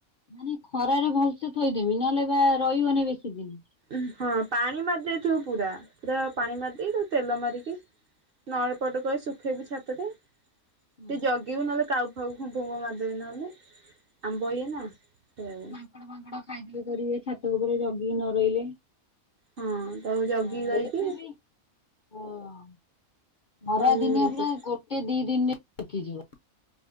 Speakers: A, on the left (about 50°); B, on the right (about 50°).
A: ମାନେ ଖରାରେ ଭଲସେ ଥୋଇଦେମି ନହେଲେ ବା ରହିବନି ବେଶୀ ଦିନ।
B: ଉ ହଁ ପାଣି ମାରି ଦେଇଥିବୁ ପୁରା ପୁରା ପାଣି ମାରିଦେଇକି ତାକୁ ତେଲ ମାରିକି ନଳପଟ କରି ଶୁଖେଇବି ଛାତରେ।
A: ହୁଁ।
B: ଟିକେ ଜଗିବୁ ନହେଲେ କାଉ ଫାଉକୁ ଫୁମ୍ଫ ଫୁ ମାରିଦେବେ ନହେଲେ। ଆମ୍ବ ଇଏ ନା ହେଉ।
A: ମାଙ୍କଡ଼ ମାଙ୍କଡ଼ ଖାଇଦେବେ କରିବେ ଛାତ ଉପରେ ଜଗି ନ ରହିଲେ।
B: ହଁ ତାକୁ ଜଗିକି
A: ହଁ
B: ରହିକି
A: ଏ ବି ହଁ। ଖରା
B: ତାକୁ
A: ଦିନିଆ
B: ଇଏ
A: ପୁରା
B: କର
A: ଗୋଟେ ଦି ଦିନରେ ରଖିଯିବ